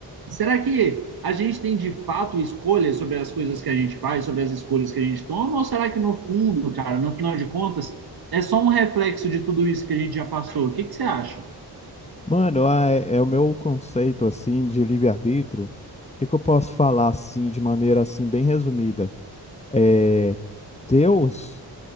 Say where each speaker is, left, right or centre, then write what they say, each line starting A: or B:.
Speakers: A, on the right; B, on the left.
A: Será que a gente tem de fato escolha sobre as coisas que a gente faz, sobre as escolhas que a gente toma? Ou será que no fundo, cara, no final de contas, é só um reflexo de tudo isso que a gente já passou? O que, que você acha?
B: Mano, ah, é, é o meu conceito assim de livre-arbítrio. O que que eu posso falar assim de maneira assim bem resumida? É, Deus,